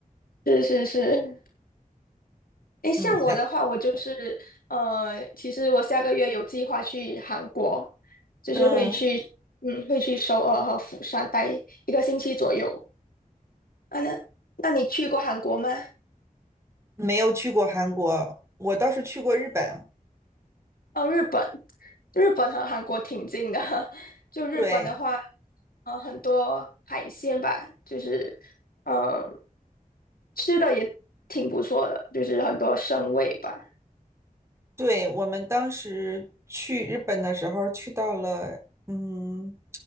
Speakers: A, on the left; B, on the right.
A: 是是是，诶，像我的话，
B: 嗯，然
A: 我就是呃，其实我下个月有计划去韩国，就是会去，
B: 嗯，
A: 嗯，会去首尔和釜山待一个星期左右。啊，那那你去过韩国吗？
B: 没有去过韩国，我倒是去过日本。
A: 哦，日本，日本和韩国挺近的。<laughs> 就日本的话，
B: 对，
A: 呃，很多海鲜吧，就是呃，吃的也挺不错的，就是很多生味吧。
B: 对，我们当时去日本的时候，去到了，嗯，